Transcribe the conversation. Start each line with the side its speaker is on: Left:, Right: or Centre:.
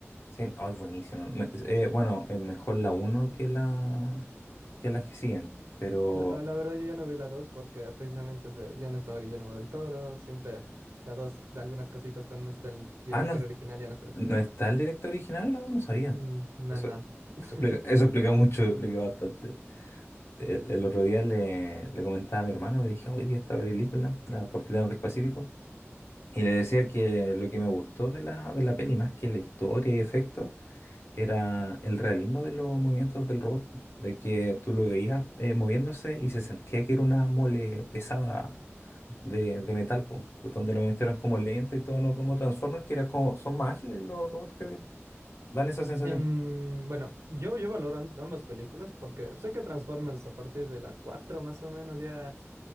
Left: Sí, oh, es buenísimo. Me- eh, bueno, es mejor la uno que la que las que siguen. Pero.
Right: La, la verdad yo ya no vi la 2 porque precisamente se- ya no estaba Guillermo del Toro, siempre la 2 de algunas cositas con este el director
Left: Ah, no, es-
Right: original ya no es así.
Left: no está el director original, no, no sabía.
Right: Mm, no,
Left: Eso,
Right: no. <laughs>
Left: eso explica, eso explica mucho, <laughs> explica bastante. El, el otro día le, le comentaba a mi hermano, le dije, hoy vi esta película, La Portina del Pacífico. Y le decía que lo que me gustó de la, de la peli, más que la historia y efectos, era el realismo de los movimientos del robot, po, de que tú lo veías eh, moviéndose y se sentía que era una mole pesada de, de metal, po, donde los movimientos eran como lentos y todo, no como Transformers, que era como, son más ágiles los robots, creo, y dan esa sensación.
Right: En, bueno, yo, yo valoro am- ambas películas porque sé que Transformers a partir de la 4 más o menos ya